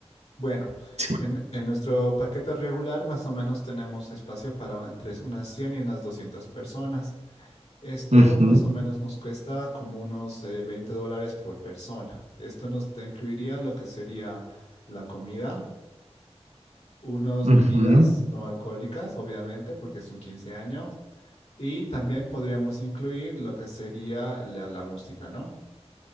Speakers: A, on the left (about 65°); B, on the right (about 75°).
A: Bueno,
B: sí.
A: en, en nuestro paquete regular más o menos tenemos espacio para entre unas 100 y unas 200 personas. Esto
B: Ujú,
A: más o menos nos cuesta como unos eh, 20 dólares por persona. Esto nos te incluiría lo que sería la comida, unas
B: ujú.
A: bebidas no alcohólicas, obviamente, porque es un 15 años, y también podríamos incluir lo que sería la, la música, ¿no?